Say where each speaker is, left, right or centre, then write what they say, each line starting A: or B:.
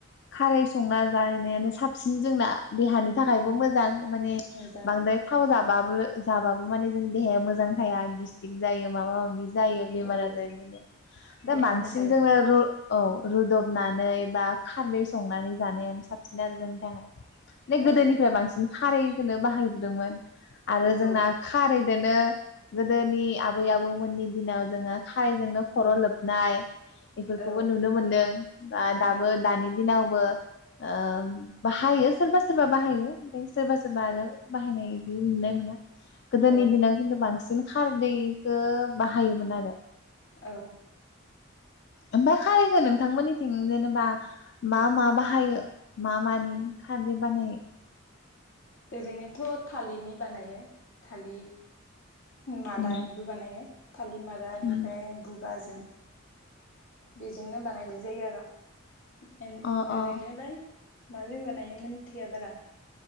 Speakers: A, on the left; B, on the left.
A: खारै संना जानायानो साबसिन जोंना देहानि थाखायबो
B: उम
A: मोजां माने
B: मोजाङानो
A: बांद्राय थाव जाबाबो जाबाबो माने जोंनि देहाया मोजां थाया गेस्टिक जायो माबा माबि जायो बेमार
B: औ
A: आजार बिदिनो दा
B: देहानि
A: बांसिन
B: थाखाय
A: जोङो रु औ रुदबनानै बा खारदै संनानै जानायानो साबसिन आरो जोंनि थाखाय बे गोदोनिफ्राय
B: ओं
A: बांसिन खारैखौनो बाहायबोदोंमोन आरो जोंना
B: औ
A: खारैदोनो गोदोनि आबै आबौमोननि दिनाव जोङो खारैजोंनो खर'
B: उम
A: लोबनाय इफोरखौबो
B: औ
A: नुनो मोनदों बा दाबो
B: उम
A: दानि दिनावबो ओ बाहायो सोरबा सोरबा बाहायो ओमफ्राय सोरबा सोरबा आरो बाहायनाय बिदि नुनाय मोना गोदोनि
B: औ
A: दिनाव खिन्थु बांसिन खारदैखौ बाहायोमोन आरो
B: औ
A: ओमफाय खारैखौ नोंथांमोननिथिं जेनेबा मा मा बाहायो मा मानि खारदै बानायो
B: ओरैनोथ' थालिनि बानायो थालि मादानिबो
A: उम
B: बानायो थालिमादा ओमफ्राय
A: उम
B: बुगाजों बेजोंनो बानायनाय जायो आरो एन
A: अ
B: ओरैनोलाय
A: अ
B: माजों बानायोमोन <unintelligible> बारा